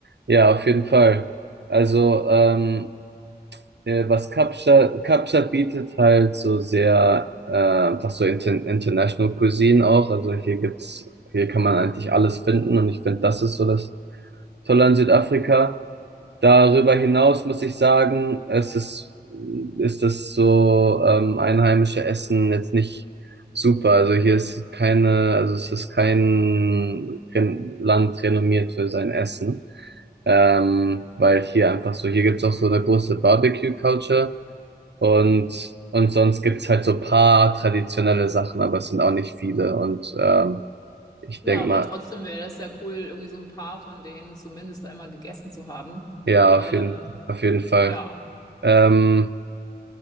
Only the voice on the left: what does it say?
Ja,
aber
trotzdem wäre das ja cool, irgendwie so ein paar von denen zumindest einmal gegessen zu haben.
Ähm,
ja,